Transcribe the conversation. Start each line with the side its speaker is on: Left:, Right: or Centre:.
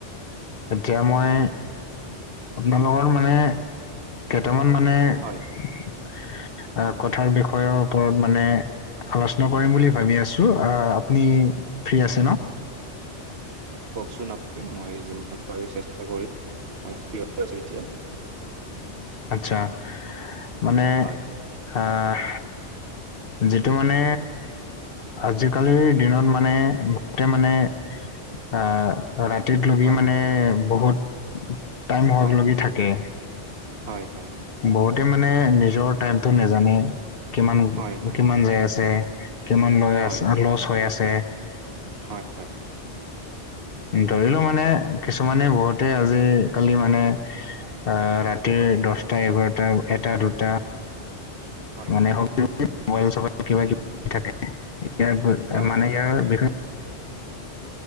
Left: এতিয়া মই আপোনালোকৰ মানে কেইটামান মানে আ
Right: হয়।
Left: কথাৰ বিষয়ৰ ওপৰত মানে আলোচনা কৰিম বুলি ভাবি আছো, আ আপুনি ফ্ৰী আছে ন?
Right: কওকচোন আপুনি মই যিমান পাৰি চেষ্টা কৰিম, মই ফ্ৰী হৈ আছো এতিয়া।
Left: আচ্ছা, মানে
Right: হয়
Left: আহ যিটো মানে আজিকালিৰ দিনত মানে বহুতে মানে আহ ৰাতিত লগি
Right: হয়
Left: মানে বহুত টাইম হক
Right: হয়
Left: লগি
Right: হয়
Left: থাকে
Right: হয় হয়।
Left: বহুতে মানে নিজৰ টাইমটো নেজানে, কিমান
Right: হয়, হয়,
Left: কিমান যায় আছে? কিমান লৈ
Right: হয়,
Left: আছে, লচ হৈ আছে।
Right: হয় হয়।
Left: ধৰিলো মানে কিছুমানে বহুতে আজিকালি মানে আহ ৰাত ৰাতি
Right: হয়,
Left: দশটা -এঘাৰটা, এটা- দুটা
Right: হয়,
Left: মানে <unintelligible> ম'বাইল চবাইল কিবা কিব থাকে ইয়াৰ
Right: হয়,
Left: মানে
Right: হয়,
Left: ইয়াৰ বিষয়